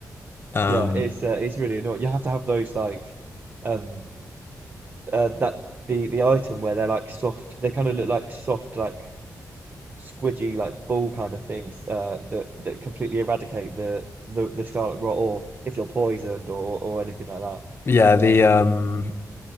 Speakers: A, on the left (about 40°); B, on the right (about 30°).
A: Um,
B: Yeah, it's uh, it's really annoying. You have to have those like um uh that the the item where they're like soft. They kind of look like soft, like squidgy, like ball kind of things uh that that completely eradicate the the the scarlet rot, or if you're poisoned or or anything like that.
A: yeah, the um,